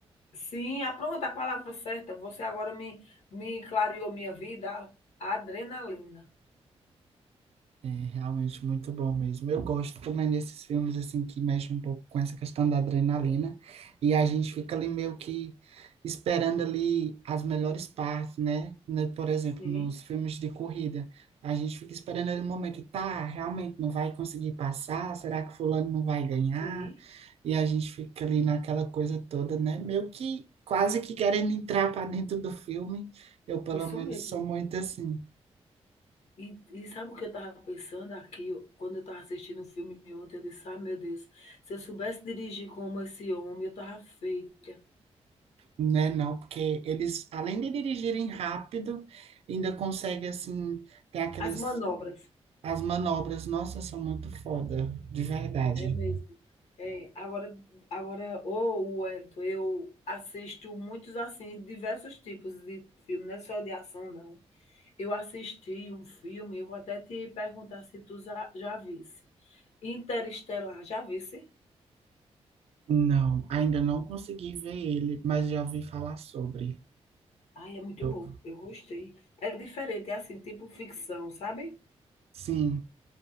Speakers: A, on the left (about 80°); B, on the right (about 65°).
A: Sim, ah, pronto, a palavra certa, você agora me me clareou minha vida, A adrenalina.
B: É realmente muito bom mesmo. Eu gosto como é nesses filmes assim que mexe um pouco com essa questão da adrenalina e a gente fica ali meio que esperando ali as melhores partes, né? Né, Por exemplo,
A: Sim,
B: nos filmes de corrida, a gente fica esperando ali o momento, tá, realmente não vai conseguir passar, será que fulano não vai ganhar?
A: sim,
B: E a gente fica ali naquela coisa toda, né? Meio que quase que querendo entrar para dentro do filme. Eu pelo
A: isso
B: menos
A: mesmo.
B: sou muito assim.
A: E e sabe o que eu estava pensando aqui, quando eu estava assistindo o filme ontem, eu disse: ah meu Deus, se eu soubesse dirigir como esse homem, eu estava feita".
B: Né, não, porque eles, além de dirigirem rápido, ainda conseguem, assim, tem aquelas,
A: As manobras,
B: as manobras, nossa, são muito foda, de verdade.
A: é mesmo. É, agora, agora, ô Wellington, eu assisto muitos assim, diversos tipos de filme, não é só de ação, não. Eu assisti um filme, eu vou até te perguntar se tu já, já visse. Interestelar, já visse?
B: Não, ainda não consegui ver ele, mas já ouvi falar sobre.
A: Ai, é muito
B: Eu,
A: bom, eu gostei. É diferente, é assim, tipo ficção, sabe?
B: sim,